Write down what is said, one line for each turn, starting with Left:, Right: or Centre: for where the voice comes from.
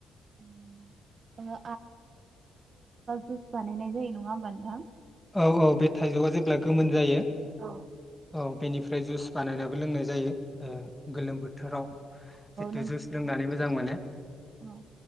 Right: ओ जुस बानायनाय जायो नङा होमबा नोंथां?
Centre: औ औ बे थाइजौआ जेब्ला गोमोन जायो।
Right: औ
Centre: औ बेनिफ्राय जुस बानायनाबो लोंनाय जायो ओ गोलोम बोथोराव जिथु
Right: नों
Centre: जुस लोंनानैबो जां मानो।
Right: औ